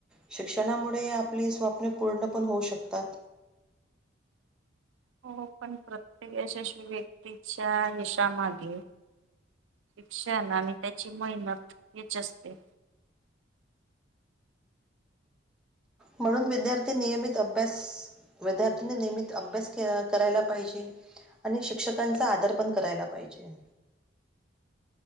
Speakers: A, in the centre; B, on the right.
A: शिक्षणामुळे आपली स्वप्न पूर्ण पण होऊ शकतात.
B: हो पण प्रत्येक यशस्वी व्यक्तीच्या यशामागे शिक्षण आणि त्याची मेहनत हेच असते.
A: म्हणून विद्यार्थी नियमित अभ्यास विद्यार्थीनी नियमित अभ्यास करायला पाहिजे. आणि शिक्षकांचा आदर पण करायला पाहिजे.